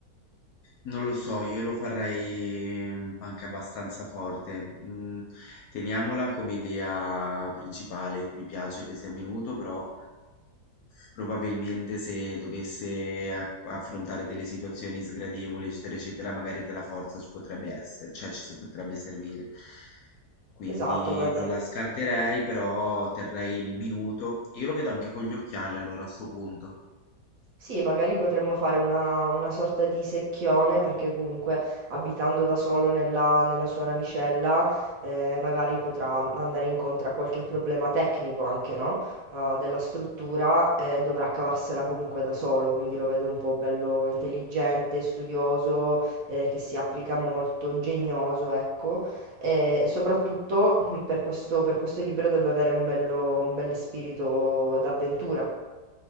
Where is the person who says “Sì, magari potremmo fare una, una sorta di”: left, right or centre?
Right